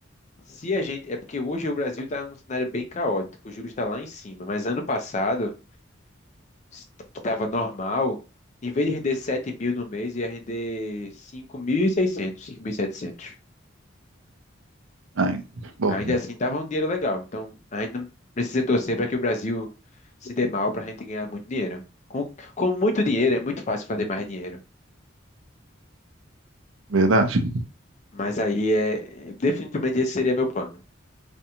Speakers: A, on the left; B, on the right.
A: Se a gente, é porque hoje o Brasil está num cenário bem caótico, o juros está lá em cima, mas ano passado, s- que estava normal, em vez de render 7 mil no mês, ia render cinco cinco mil mil e seiscentos cinco mil e setecentos
B: Ai, bom,
A: Ainda assim, tava um dinheiro legal. Então, a gente não precisa torcer para que o Brasil se dê mal para a gente ganhar muito dinheiro. Com, com muito dinheiro, é muito fácil fazer mais dinheiro.
B: verdade.
A: Mas aí, é, definitivamente, esse seria meu plano.